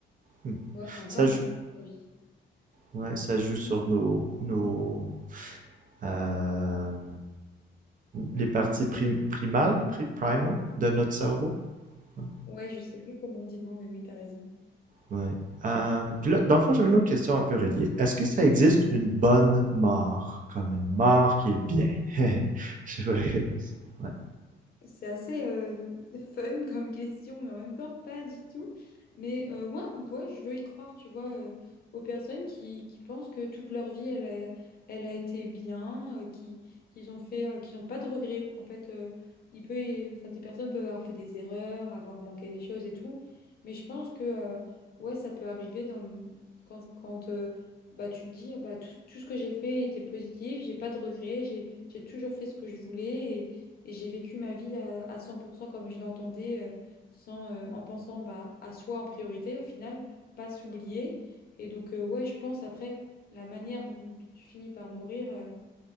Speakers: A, on the right; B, on the left.
A: Hmm.
B: Ouais, c'est un
A: Ça
B: peu un
A: joue,
B: instinct de survie.
A: ouais, ça joue sur nos, nos, euh, les parties prim- primales, pri- primal de notre cerveau. Ouais.
B: Ouais, je sais plus comment on dit le mot, mais oui, t'as raison.
A: Ouais. Euh, puis là, dans le fond, j'avais une autre question un peu reliée. Est-ce que ça existe une bonne mort? Comme une mort qui est bien? <laughs> Je sais pas. Ouais.
B: C'est assez euh, fun comme question, mais en même temps pas du tout. Mais euh, ouais, ouais, je veux y croire, tu vois, euh, aux personnes qui, qui pensent que toute leur vie, elle a, elle a été bien, euh, qui, qu'ils ont fait, euh, qu'ils n'ont pas de regrets. En fait, euh, il peut, y- enfin, des personnes peuvent avoir fait des erreurs, avoir manqué des choses et tout. Mais je pense que euh, ouais, ça peut arriver dans le- quand, quand euh, bah, tu te dis, ah bah, tout, tout ce que j'ai fait était positif, j'ai pas de regrets, j'ai, j'ai toujours fait ce que je voulais. Et j'ai vécu ma vie à, à 100% comme je l'entendais, euh, sans, euh, en pensant bah, à soi en priorité, au final, pas s'oublier. Et donc, euh, ouais, je pense après, la manière dont, dont tu finis par mourir, euh,